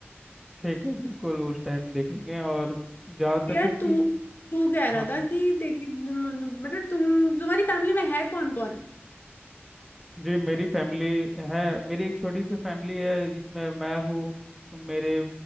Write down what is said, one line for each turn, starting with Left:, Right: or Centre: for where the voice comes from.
Centre: ठीक है बिल्कुल उस टाइम देखेंगे और जहाँ तक
Left: यार
Centre: है कि
Left: तू तू कह
Centre: हाँ
Left: रहा था कि तेरी मतलब तुम तुम्हारी फैमिली में है कौन कौन
Centre: जी मेरी फैमिली है मेरी एक छोटी सी फैमिली है जिसमें मैं हूँ मेरे